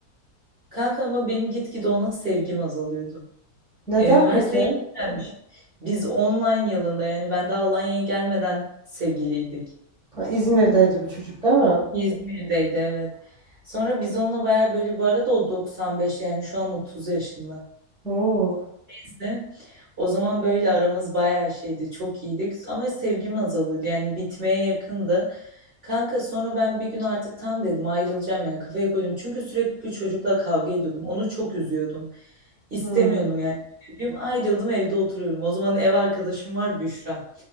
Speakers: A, on the right; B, in the centre.
A: Kanka ama benim gitgide ona sevgim azalıyordu.
B: Neden
A: E, üniversiteye
B: peki?
A: gelmiş. Biz online yılında yani ben daha Alanya'ya gelmeden sevgiliydik.
B: Ha, İzmir'deydi bu çocuk değil mi?
A: İzmir'deydi evet. Sonra biz onunla baya böyle bu arada o 95 yani şu an 30 yaşında.
B: Oo.
A: bize. O zaman böyle aramız bayağı şeydi, çok iyiydik ama sevgim azalıyordu yani bitmeye yakındı. Kanka sonra ben bir gün artık tam dedim ayrılacağım yani kafaya koydum. Çünkü sürekli çocukla kavga ediyordum. Onu çok üzüyordum. İstemiyordum
B: Hmm.
A: yani. Yapayım. Ayrıldım evde oturuyorum. O zaman ev arkadaşım var Büşra.